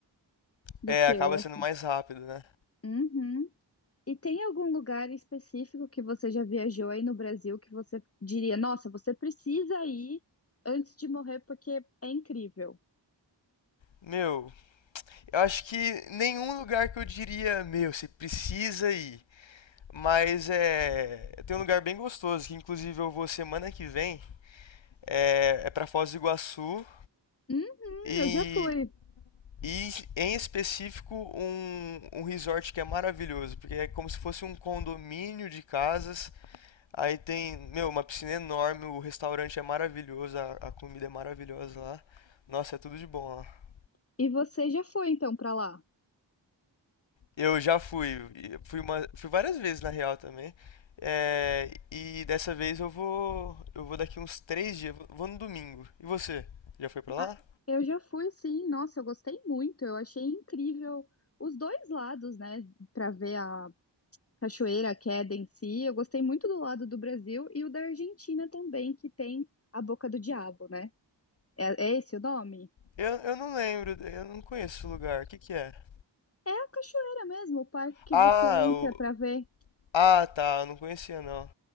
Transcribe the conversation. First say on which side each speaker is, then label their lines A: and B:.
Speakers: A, on the left; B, on the left.
A: Do
B: é,
A: que
B: acaba
A: esse.
B: sendo mais rápido, né?
A: Uhum. E tem algum lugar específico que você já viajou aí no Brasil que você diria, nossa, você precisa ir antes de morrer porque é incrível?
B: Meu, Eu acho que nenhum lugar que eu diria, meu, você precisa ir. Mas é. Tem um lugar bem gostoso, que inclusive eu vou semana que vem. É, é para Foz do Iguaçu.
A: Uhum,
B: E,
A: eu já fui.
B: e em específico um, um resort que é maravilhoso, porque é como se fosse um condomínio de casas. Aí tem, meu, uma piscina enorme, o restaurante é maravilhoso, a, a comida é maravilhosa lá. Nossa, é tudo de bom lá.
A: E você já foi então pra lá?
B: Eu já fui, e fui uma, fui várias vezes na real também. É, e dessa vez eu vou, eu vou daqui uns três dias, vou vou no domingo. E você? Já foi pra lá?
A: Ah, eu já fui, sim. Nossa, eu gostei muito. Eu achei incrível os dois lados, né? Pra ver a cachoeira, a queda em si. Eu gostei muito do lado do Brasil e o da Argentina também, que tem a Boca do Diabo, né? É, é esse o nome?
B: Eu, eu não lembro, eu não conheço esse lugar. O que que é?
A: É a cachoeira mesmo, o parque que
B: Ah,
A: você entra
B: o,
A: para ver.
B: ah, tá, eu não conhecia não.